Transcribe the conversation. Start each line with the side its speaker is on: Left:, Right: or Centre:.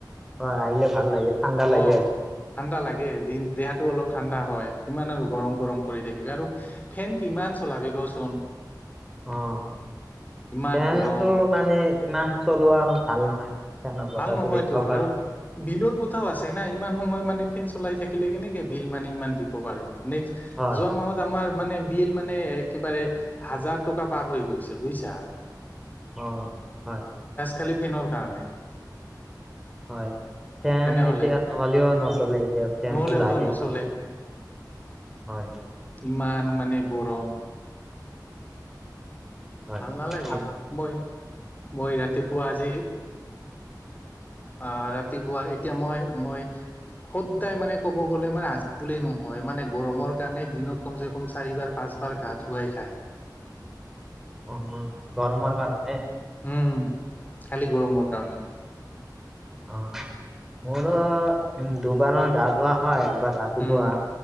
Centre: হয়, আহিলে ভাল লাগে। ঠাণ্ডা লাগে
Left: অ'
Centre: আহিলে
Left: ঠাণ্ডা লাগে, দিন দেহাটো অলপ ঠাণ্ডা হয়, ইমান আৰু গৰম গৰম কৰি থাকিবি, আৰু ফেন কিমান চলাবি কচোন।
Centre: অ'
Left: ইমান
Centre: ফেনতটো
Left: গৰম
Centre: মানে ইমান চলোৱা আৰু ভাল নহয় মানে। ফেনৰ বতাহটো
Left: ভাল নহয়তো
Centre: বেছি অভাৰ
Left: আৰু বিলৰ কথাও আছে না ইমান। সময়ত মানে ফেন চলাই থাকিলে কেনেকে বিল মানে ইমান দিব পাৰো, নেক্স
Centre: হয়
Left: যোৱা মাহত আমাৰ মানে বিল মানে একেবাৰে হাজাৰ টকা পাৰ হৈ গৈছিল, বুজিছা।
Centre: অ', হয়।
Left: খালী ফেনৰ কাৰণে।
Centre: হয়, ফেন
Left: তেনেহলে
Centre: এতিয়া নহ'লেও নচলে। এতিয়া ফেনটো
Left: নহলেওতো
Centre: লাগেই
Left: নচলে।
Centre: গৰম হয়
Left: ইমান মানে। গৰম
Centre: হয়
Left: ভাল নালাগে
Centre: আপ-
Left: মই মই ৰাতিপুৱা আজি। আহ ৰাতিপুৱা এতিয়া, মই-মই সদায় মানে ক'ব গ'লে মানে আজি বুল নহয় মানে গৰমৰ কাৰণে দিনত কমচে কম চাৰিবাৰ পাঁচ পাঁচবাৰ গা ধুৱাই খায়।
Centre: উম গৰমৰ কাৰণে।
Left: উম, খালি গৰমৰ কাৰণে।
Centre: অ' মোৰো উ দুবাৰ মান গা ধোৱা হয়। এবাৰ ৰাতিপুৱা।
Left: উম